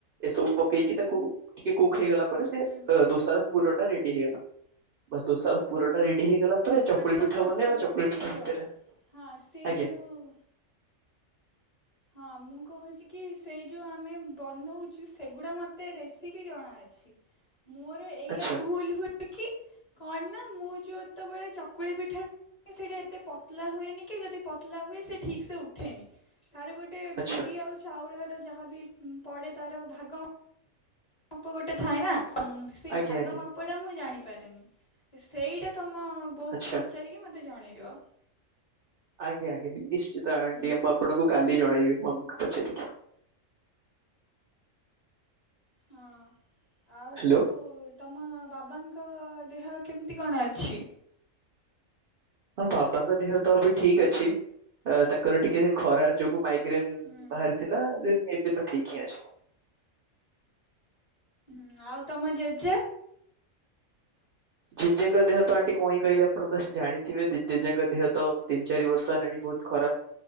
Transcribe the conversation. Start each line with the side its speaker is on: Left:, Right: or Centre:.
Right: ଏସବୁ ପକେଇକି ତାକୁ ଟିକେ କୁକ୍ ହେଇଗଲା ପରେ ସେ
Left: ହୁଁ
Right: ଦୋଷାର ପୁରଟା ରେଡି ହେଇଗଲା। ବାସ୍ ଦୋଷାର ପୁରଟା ରେଡି ହେଇଗଲା ପରେ ଚକୁଳି
Left: ଆଚ୍ଛା
Right: ପିଠା
Left: ଆଚ୍ଛା
Right: ବନେଇବା।
Left: ରୁହ ରୁହ
Right: ଚକୁଳି
Left: ଟିକେ
Right: ପିଠା
Left: ରୁହ
Right: ଭିତରେ
Left: ହଁ ସେ
Right: ଆଜ୍ଞା।
Left: ଯୋଉ ହଁ ମୁଁ କହୁଛି କି ସେଇ ଯୋଉ ଆମେ ବନଉଛୁ ସେଗୁଡା ମତେ ରେସିପି ଜଣାଅଛି। ମୋର ଏଇଆ
Right: ଆଚ୍ଛା
Left: ଭୁଲ ହୁ କି କଣ ନା ମୁଁ ଯୋଉତେବେଳେ ଚକୁଳି ପିଠା ସେଟା ଏତେ ପତଲା ହୁଏନି, କି ଯଦି ପତଲା ହୁଏ ସେ ଠିକ୍ ସେ ଉଠେନି। ତାର ଗୋଟେ
Right: ଆଚ୍ଛା
Left: ବିରି ଆଉ ଚାଉଳର ଯାହାବି ପଡେ ତାର ଭାଗ ମାପ ଗୋଟେ ଥାଏ ନା ସେଇ
Right: ଆଜ୍ଞା
Left: ଭାଗ
Right: ଆଜ୍ଞା
Left: ମାପଟା ମୁଁ ଜାଣି ପାରେନି। ସେଇଟା ତମ ବୋଉକୁ
Right: ଆଚ୍ଛା
Left: ପଚାରିକି ମତେ ଜଣେଇବ।
Right: ଆଜ୍ଞା ଆଜ୍ଞା ନିଶ୍ଚିତ ଆଣ୍ଟି।
Left: ହୁଁ
Right: ମୁଁ ଆପଣଙ୍କୁ କାଲି ଜଣେଇବି ମମ୍ମିଙ୍କୁ ପଚାରିକି।
Left: ହଁ। ଆଉ
Right: ହ୍ୟାଲୋ
Left: ଯୋଉ ତମ ବାବାଙ୍କ ଦେହ କେମିତି କଣ ଅଛି?
Right: ହଁ ବାବାଙ୍କ ଦେହ ତ ଏବେ ଠିକ୍ ଅଛି। ତାଙ୍କର ଟିକେ ସେ ଖରା ଯୋଗୁଁ ମାଇଗ୍ରେନ୍
Left: ହୁଁ
Right: ବାହାରିଥିଲା। ଏବେ ତ ଠିକ୍ ହିଁ ଅଛି।
Left: ହୁଁ ଆଉ ତମ ଜେଜେ।
Right: ଜେଜେଙ୍କ ଦେହ ତ ଆଣ୍ଟି କଣ କହିବି? ଆପଣ ତ ଜାଣିଥିବେ ଜ-ଜେଜେଙ୍କ ଦେହ ତ ତିନି ଚାରି ବର୍ଷ ହେଲାଣି ବହୁତ ଖରାପ।